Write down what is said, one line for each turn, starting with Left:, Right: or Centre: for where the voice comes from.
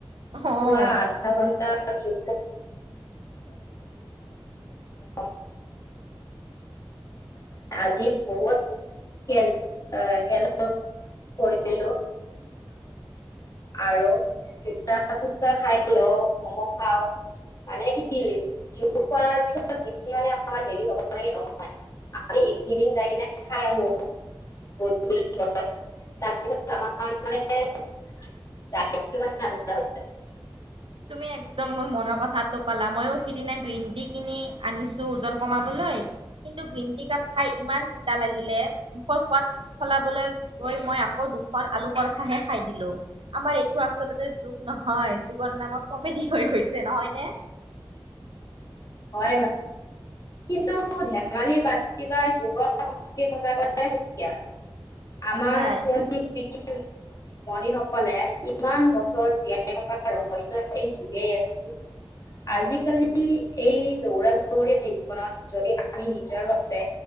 Right: অ'।
Left: পুৱা আধা ঘন্টা যো <unintelligible> আজি বহুত কেল অ', <unintelligible> <unintelligible> আৰু দুটা পুচকা খাই লওঁ, মম খাওঁ মানে কি যোগ কৰাৰ পিছত যিখিনি মানে আমাৰ হেৰি হব লাগে। <inaudible>
Right: তুমি একদম মোৰ মনৰ কথাটো ক'লা, ময়ো সিদিনা গ্ৰীণ টি কিনি আনিছো। ওজন কমাবলৈ কিন্তু গ্ৰীণ টি কাপ খাই ইমান তিতা লাগিলে মুখৰ সোৱাদ সলাবলৈ গৈ মই আকৌ দুখন আলু পৰঠাহে খাই দিলো, আমাৰ এইটো আচলতে যোগ নহয়। জীৱন নামত কমেডি হৈ গৈছে। নহয় নে?
Left: হয় কিন্তু ধেমালি বাদ দিবা যুগৰ শক্তি সচাকৈয়ে সুকীয়া।
Right: সঁচাই
Left: আমাৰ <unintelligible> মনিসকলে ইমান বছৰ জীয়াই থকা ৰহস্য এই যোগেই আছিল। আজিকালি, এই দৌৰা-দৌৰি জীৱনত যদি আমি নিজৰ বাবে